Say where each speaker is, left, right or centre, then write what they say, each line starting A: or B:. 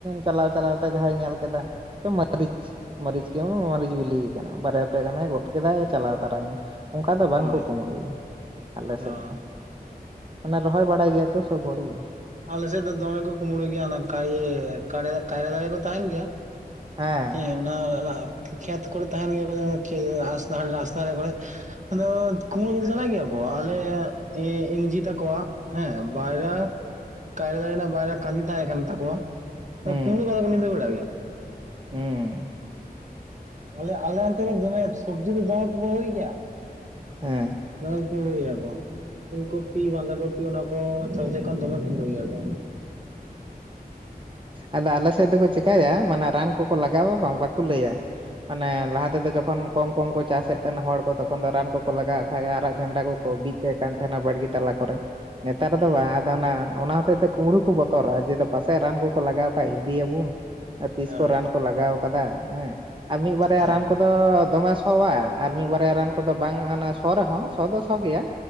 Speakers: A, on the right; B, on the right.
A: ᱪᱟᱞᱟᱣᱼᱪᱟᱞᱟᱣ ᱛᱮ ᱡᱟᱦᱟᱸᱭ ᱧᱮᱞ ᱠᱮᱫᱟ, ᱛᱚ ᱢᱟᱹᱨᱤᱪᱷ ᱢᱟᱹᱨᱤᱪ ᱠᱮᱢ ᱢᱟᱹᱨᱤᱪ ᱵᱤᱞᱤᱭ ᱠᱟᱱᱟ ᱵᱟᱨᱭᱟ ᱯᱮᱭᱟ ᱜᱟᱱᱮ ᱜᱚᱫ ᱠᱮᱫᱟᱭ ᱪᱟᱞᱟᱣ ᱛᱟᱨᱟᱭᱮᱱᱟ ᱾ ᱚᱝᱠᱟ ᱫᱚ ᱵᱟᱝ
B: ᱦᱳᱭ
A: ᱠᱚ ᱠᱩᱢᱲᱩᱭᱟ ᱟᱞᱮ
B: ᱚ
A: ᱥᱮᱫ ᱫᱚ ᱾ ᱢᱟᱱᱮ ᱨᱚᱦᱚᱭ ᱵᱟᱰᱟᱭ ᱜᱮᱭᱟ ᱠᱚ ᱥᱚᱵ ᱦᱚᱲ ᱜᱮ ᱾
B: ᱟᱞᱮᱥᱮᱫ ᱫᱚ ᱫᱚᱢᱮ ᱠᱚ ᱠᱩᱢᱲᱩᱭ ᱜᱮᱭᱟ ᱚᱱᱟ ᱠᱟᱭᱮ ᱠᱟᱲᱭᱟᱫᱟ ᱠᱟᱭᱨᱟ ᱫᱟᱨᱮ ᱠᱚ ᱛᱟᱦᱮᱸᱱ ᱜᱮᱭᱟ ᱾
A: ᱦᱮᱸ
B: ᱦᱮ ᱚᱱᱟ ᱚᱱᱟ ᱠᱷᱮᱛ ᱠᱚᱨᱮ ᱛᱟᱦᱮᱱ ᱜᱮᱭᱟ <unintelligible> ᱨᱟᱥ ᱨᱟᱥᱛᱟ ᱨᱮ ᱵᱚᱞᱮ ᱟᱫᱚ ᱠᱩᱢᱲᱩ ᱠᱟᱛᱮ ᱪᱟᱞᱟᱜ ᱜᱮᱭᱟ ᱠᱚ ᱟᱞᱮ ᱤᱧ ᱤᱧᱡᱷᱤ ᱛᱟᱠᱚᱣᱟᱜ? ᱦᱮᱸ ᱵᱟᱭᱨᱟ ᱠᱟᱭᱨᱟ ᱫᱟᱨᱮ ᱨᱮᱱᱟᱜ ᱵᱟᱭᱨᱟ ᱠᱟᱸᱫᱷᱤ ᱛᱟᱦᱮᱸ ᱠᱟᱱ ᱛᱟᱠᱚᱣᱟ ᱛᱚ
A: ᱦᱩᱸ
B: ᱠᱩᱢᱲᱩ ᱠᱟᱫᱟᱼᱼ ᱩᱱᱤ ᱫᱚᱭ ᱵᱟᱰᱟᱭ ᱜᱮᱭᱟ᱾
A: ᱦᱩᱸ
B: ᱵᱚᱞᱮ ᱟᱞᱮ ᱚᱱᱛᱮ ᱨᱮ ᱫᱚᱢᱮ ᱥᱚᱵᱡᱤ ᱫᱚ ᱫᱚᱢᱮ ᱠᱚ ᱠᱩᱢᱲᱩᱭ ᱜᱮᱭᱟ᱾
A: ᱦᱮᱸ
B: ᱫᱚᱢᱮ ᱠᱚ ᱠᱩᱢᱲᱩᱭ ᱜᱤᱭᱟ ᱠᱚ ᱯᱩᱞᱠᱚᱯᱤ ᱵᱟᱸᱫᱷᱟ ᱠᱚᱯᱤ ᱚᱱᱟ ᱠᱚ ᱪᱟᱥ ᱡᱚᱠᱷᱚᱱ ᱫᱚᱢᱮ ᱠᱩᱢᱲᱩᱭ ᱜᱮᱭᱟ ᱠᱚ᱾
A: ᱟᱫᱚ ᱟᱞᱮ ᱥᱮᱫ ᱫᱚᱠᱚ ᱪᱮᱠᱟᱭᱟ ᱢᱟᱱᱮ ᱨᱟᱱ ᱠᱚᱠᱚ ᱞᱟᱜᱟᱣᱟ ᱵᱟᱝ ᱵᱟᱠᱚ ᱞᱟᱹᱭᱟ᱾ ᱢᱟᱱᱮ ᱞᱟᱦᱟ ᱛᱮᱫᱚ ᱡᱚᱠᱷᱚᱱ ᱠᱚᱢ ᱠᱚᱢ ᱠᱚ ᱪᱟᱥᱮᱫ ᱛᱟᱦᱮᱱ ᱦᱚᱲ ᱠᱚ ᱛᱚᱠᱷᱚᱱ ᱫᱚ ᱨᱟᱱ ᱠᱚᱠᱚ ᱞᱟᱜᱟᱣᱟᱜ ᱠᱷᱟᱱ ᱟᱨᱟᱜ ᱡᱷᱟᱱᱰᱟ ᱠᱚᱼᱼ ᱠᱚ ᱵᱤᱫ ᱠᱟᱜ ᱠᱟᱱ ᱛᱟᱦᱮᱸᱱᱟ ᱵᱟᱲᱜᱤ ᱛᱟᱞᱟ ᱠᱚᱨᱮ ᱱᱮᱛᱟᱨ
B: ᱦᱮᱸ
A: ᱫᱚ ᱵᱟᱝ ᱟᱫᱚ ᱚᱱᱟ ᱚᱱᱟ ᱦᱚᱛᱮᱡ ᱛᱮ ᱠᱩᱢᱲᱩᱼᱼ ᱠᱚ ᱵᱚᱛᱚᱨᱟᱜᱼᱟ ᱡᱮ ᱯᱟᱥᱮᱡ ᱨᱟᱱ ᱠᱚᱠᱚ ᱞᱟᱜᱟᱣ ᱠᱷᱟᱡ ᱤᱫᱤᱭᱟᱵᱩᱱ᱾ ᱟᱨ ᱛᱤᱥ
B: ᱦᱳᱭ
A: ᱠᱚ ᱨᱟᱱ ᱠᱚ ᱞᱟᱜᱟᱣ ᱟᱠᱟᱫᱟ ᱦᱮᱸ ᱟᱨ ᱢᱤᱫ ᱵᱟᱨᱭᱟ
B: ᱦᱳᱭ
A: ᱨᱟᱱ ᱠᱚᱫᱚ ᱫᱚᱢᱮᱼᱼ ᱥᱚᱣᱟ ᱟᱨ ᱢᱤᱫ ᱵᱟᱨᱭᱟ ᱨᱟᱱ ᱠᱚᱫᱚ ᱵᱟᱝ ᱚᱱᱟ ᱥᱚ ᱨᱮᱦᱚᱸ ᱥᱚ ᱫᱚ ᱥᱚ ᱜᱮᱭᱟ